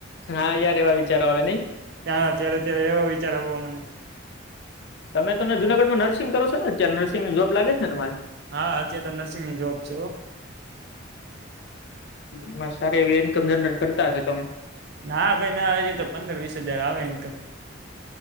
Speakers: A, on the left (about 60°); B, on the right (about 55°).
A: હા યાર એવા વિચારો આવે નઈ
B: ક્યાં અત્યારે ત્યારે એવા વિચાર આવો મમને
A: તમે તો જુનાગઢમાં નર્સિંગ કરો જ નર્સિંગ જોબ લાગે છે ને તમારે
B: હા અત્યાં તો નર્સિંગની જોબ છે
A: એમાં સારી એ ઈન્કમ જનરેટ કરતા હતાો તમે
B: ના ભાઈ ના હજી તો પંદર વીસ હજાર આવે ઇન્કમ